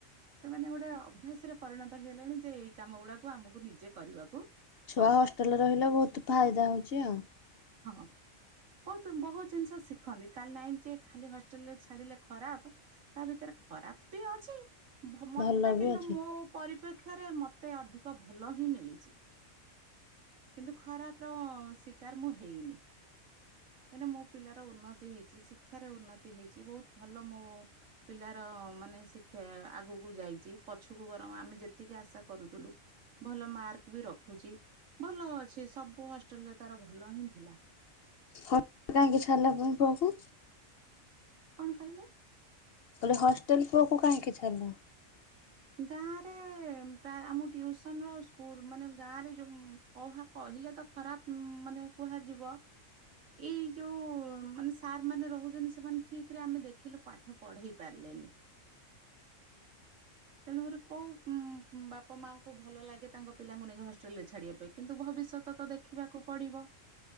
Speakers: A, on the right (about 85°); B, on the left (about 65°).
A: ସେମାନେ ଗୋଟେ ଅଭ୍ୟାସରେ ପରିଣତ ହେଇଲେଣି, ଯେ ଏଇ କାମ ଗୁଡାକୁ ଆମକୁ ନିଜେ କରିବାକୁ
B: ଛୁଆ
A: ପଡେ
B: ହଷ୍ଟେଲରେ ରହିଲେ, ବହୁତ ଫାଇଦା ହଉଛି ଆଉ।
A: ହଁ। ବହୁତ, ବହୁତ ଜିନିଷ ଶିଖନ୍ତି। କାଲି ନାଇଁ ଯେ, ଖାଲି ହଷ୍ଟେଲ ରେ ଛାଡିଲେ ଖରାପ! ତା' ଭିତରେ ଖରାପ ବି ଅଛି। ଭ ମତେ
B: ଭଲ
A: କିନ୍ତୁ
B: ବି ଅଛି।
A: ମୋ ପରିପେକ୍ଷି ପକ୍ଷରେ ମତେ ଅଧିକ ଭଲ ହିଁ ମିଳିଛି। କିନ୍ତୁ, ଖରାପ ର ଶିକାର ମୁଁ ହେଇନି। କାହିଁକିନା, ମୋ ପିଲାର ଉନ୍ନତି ହେଇଛି। ଶିକ୍ଷାରେ ଉନ୍ନତି ହେଇଛି। ବହୁତ ଭଲ ମୋ ପିଲାର ମାନେ ଶିଖେ ଆଗକୁ ଯାଇଛି। ପଛକୁ ବରଂ ଆମେ ଯେ ତିକି ଆଶା କରୁଥୁଲୁ। ଭଲ ମାର୍କ ବି ରଖୁଛି। ଭଲ ଅଛି, ସବୁ ହଷ୍ଟେଲରେ ତାର ଭଲ ହିଁ ଥିଲା।
B: ହଷ୍ଟେଲ କାହିଁକି ଛାଡ଼ିଲା, ପୁଣି ପୁଅକୁ?
A: କଣ କହିଲେ?
B: କହିଲି, ହଷ୍ଟେଲ ପୁଅକୁ କାହିଁକି ଛାଲ?
A: ଗାଁ ରେ, ପ୍ରାୟ ଆମ ଟିଉସନ୍ ର ଆଉ ସ୍କୁଲ ମାନେ ଗାଁ ରେ ଯୋଉଁ କହା କହିଲେ ତ ଖରାପ ମାନେ କୁହାଯିବ। ଏଇ ଯଉ ମାନେ ସାର୍ ମାନେ ରହୁଛନ୍ତି, ସେମାନେ ଠିକ୍ ରେ ଆମେ ଦେଖିଲୁ ପାଠ ପଢ଼େଇ ପାରିଲେନି। ତେଣୁକରି କୋଉ-ଉଁ-ଉଁ ବାପ ମା'ଙ୍କୁ ଭଲ ଲାଗେ, ତାଙ୍କ ପିଲାଙ୍କୁ ନେଇକି ହଷ୍ଟେଲ ରେ ଛାଡିବା ପାଇଁ। କିନ୍ତୁ ଭବିଷ୍ୟତ ତ ଦେଖ ଖିବାକୁ ପଡିବ।